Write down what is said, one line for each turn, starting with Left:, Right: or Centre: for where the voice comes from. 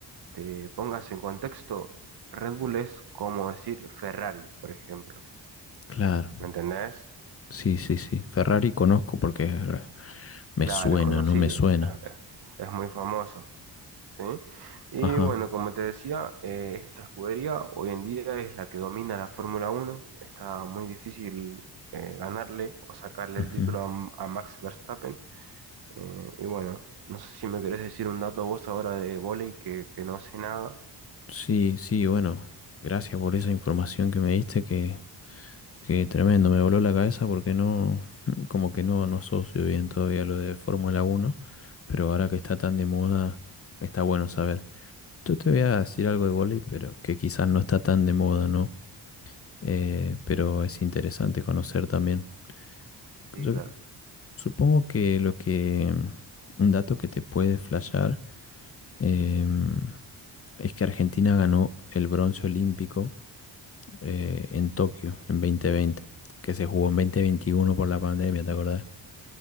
Right: te pongas en contexto, Red Bull es como decir Ferrari, por ejemplo.
Left: Claro.
Right: ¿Me entendés?
Left: Sí, sí, sí. Ferrari conozco porque me
Right: Claro,
Left: suena,
Right: es conocido,
Left: no me suena.
Right: es es- es muy famoso. ¿sí? Y
Left: Ajá.
Right: bueno, como te decía, eh, esta escudería hoy en día es la que domina la Fórmula uno Está muy difícil eh, ganarle o sacarle
Left: Ujú.
Right: el título a, a Max Verstappen. Eh, y bueno, no sé si me querés decir un dato vos ahora de vóley que, que no sé nada.
Left: Sí, sí, bueno, gracias por esa información que me diste, que, que tremendo, me voló la cabeza porque no, <laughs> como que no, no asocio bien todavía lo de Fórmula Uno, pero ahora que está tan de moda, está bueno saber. Yo te voy a decir algo de vóley, pero que quizás no está tan de moda, ¿no? Eh, pero es interesante conocer también.
Right: Sí,
Left: Yo
Right: claro.
Left: supongo que lo que, un dato que te puede flashear, em, es que Argentina ganó el bronce olímpico eh, en Tokio en 2020, que se jugó en 2021 por la pandemia, ¿te acordás?